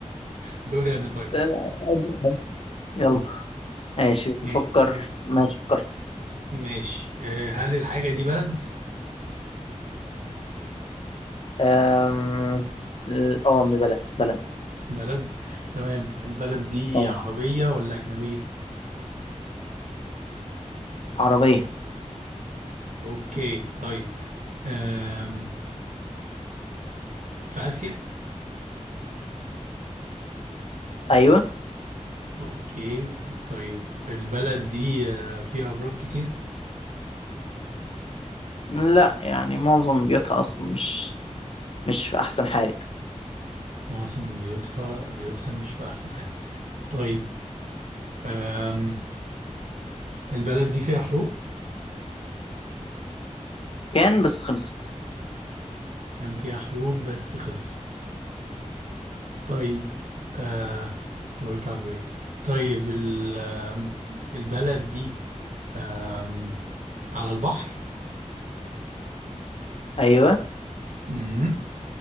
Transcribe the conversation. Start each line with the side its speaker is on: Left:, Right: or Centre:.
Right: دوري انا طيب
Left: آه، يلا ماشي
Right: اوكي
Left: بفكر ماشي فكرت
Right: ماشي آه، هل الحاجه دي بلد
Left: أم... اه من بلد بلد
Right: بلد تمام البلد دي
Left: اه
Right: عربيه ولا اجنبيه
Left: عربية
Right: اوكي طيب آم، في اسيا
Left: ايوه
Right: اوكي طيب البلد دي آه، فيها ابراج كتيرة
Left: لا يعني معظم بيوتها اصلا مش مش في احسن حال يعني.
Right: معظم بيوتها بيوتها مش في احسن حاجة طيب آم، البلد دي فيها حروب
Left: كان بس خلصت
Right: كان فيها حروب بس خلصت طيب آه أنت قلت عربية طيب ال... آم، البلد دي آم، على البحر
Left: ايوه
Right: مم.